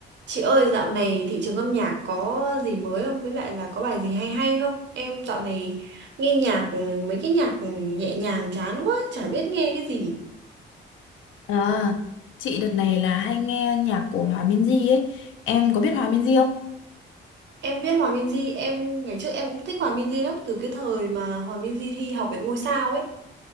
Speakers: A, on the right; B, on the left.
A: Chị ơi, dạo này thị trường âm nhạc có gì mới không? Với lại là có bài gì hay hay không? Em dạo này nghe nhạc ừ, mấy cái nhạc ừ, nhẹ nhàng chán quá, chả biết nghe cái gì.
B: À, chị đợt này là hay nghe nhạc của Hòa Minzy ấy. Em có biết Hòa Minzy không?
A: Em biết Hòa Minzy, em ngày trước em cũng thích Hòa Minzy lắm từ cái thời mà Hòa Minzy thi Học viện Ngôi sao ấy.